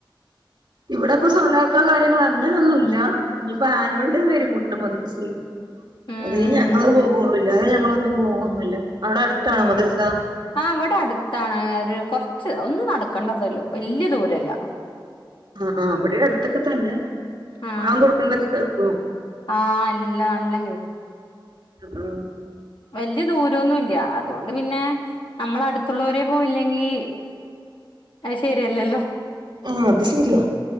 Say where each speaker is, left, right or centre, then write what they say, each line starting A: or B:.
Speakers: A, on the right; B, on the left.
A: ഇവിടെ ഇപ്പ സോലാർത്തം കാര്യങ്ങളൾ അങ്ങനെയൊന്നും ഇല്ല ഇനിയിപ്പ ആനുവൽഡേ വരും കൂട്ട മദ്രസയിൽ
B: ഉം
A: അതി ഞങ്ങള് പോകുള്ല്ലാ അ ഞങ്ങളൊന്നും പോകൊന്നുല്ല അവിടെ അടുത്താണോ
B: ഉം
A: മദ്രസ
B: ആ അവിടെ അടുത്താണ് ഒരു കൊറച്ച് ഒന്ന്നടക്കണ്ടതല്ലോ വല്യ ദൂരല്ല
A: ആഹ് ആ് അവിടെ അടുത്തൊക്കെ തന്നെ
B: ആ
A: വാങ്ങോടുക്കുന്നതൊക്കെ കേക്കൊ
B: ആ എല്ലാം നല്ലം
A: ആ
B: വലിയ ദൂരംൊന്നും ഇല്ല അതുകൊണ്ട് പിന്നെ നമ്മള അടുത്തുള്ളവരെ പോയില്ലെങ്കി അ ശെരിയല്ലല്ലോ
A: ആഹ അത് ശരിയാ